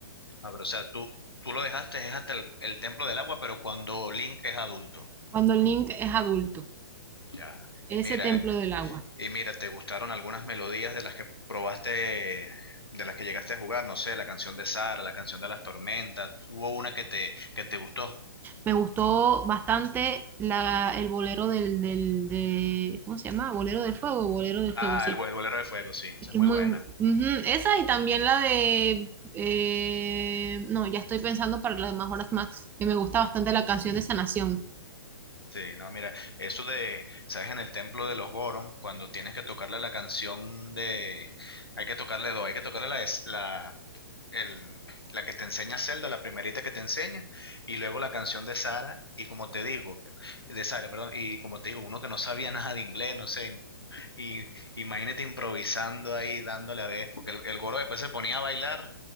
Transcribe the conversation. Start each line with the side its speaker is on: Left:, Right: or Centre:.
Left: Ah, pero o sea, tú, tú lo dejaste, es hasta el, el templo del agua, pero cuando Link es adulto.
Right: Cuando Link es adulto,
Left: Ya.
Right: ese
Left: Y mira,
Right: templo del agua.
Left: Y mira, ¿te gustaron algunas melodías de las que probaste, de las que llegaste a jugar? No sé, la canción de Sara, la canción de las tormentas. ¿Hubo una que te, que te gustó?
Right: Me gustó bastante la, el bolero del, del de, ¿cómo se llama? Bolero del fuego, bolero del
Left: Ah,
Right: fuego, sí.
Left: el, bo- el Bolero de Fuego, sí,
Right: Es
Left: esa
Right: que
Left: es muy
Right: es muy...
Left: buena.
Right: ujú, Esa y también la de... eh, no, ya estoy pensando para las demás horas Max, que me gusta bastante la canción de Sanación.
Left: Sí, no, mira, eso de, ¿sabes? En el templo de los Goron, cuando tienes que tocarle la canción de, hay que tocarle dos, hay que tocarle la, es- la, el, la que te enseña Zelda, la primerita que te enseña, y luego la canción de Sara, y como te digo, de Sara, perdón, y como te digo, uno que no sabía <laughs> nada de inglés, no sé, Y imagínate improvisando ahí, dándole a ver, porque el, el Goro después se ponía a bailar,